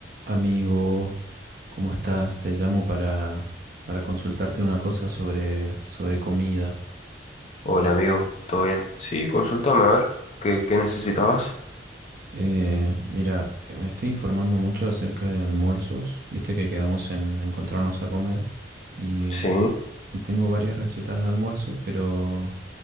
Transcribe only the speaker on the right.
Amigo, ¿cómo estás? Te llamo para, para consultarte una cosa sobre, sobre comida.
Eh, mira, eh, me estoy informando mucho acerca de almuerzos. Viste que quedamos en encontrarnos a comer y
tengo varias recetas de almuerzo, pero